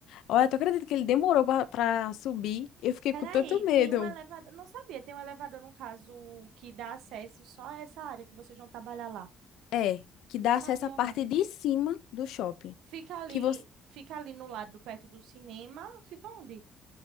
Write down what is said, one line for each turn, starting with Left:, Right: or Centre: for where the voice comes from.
Left: Olha, tu acredita que ele demorou pra pra subir? Eu fiquei
Right: Peraí,
Left: com tanto medo.
Right: tem um elevador. Não sabia, tem um elevador, no caso, que dá acesso só a essa área que vocês vão trabalhar lá.
Left: É, que dá
Right: Não sabia,
Left: acesso à parte
Right: não.
Left: de cima do shopping,
Right: Fica ali,
Left: que você,
Right: fica ali no lado, perto do cinema. Fica onde?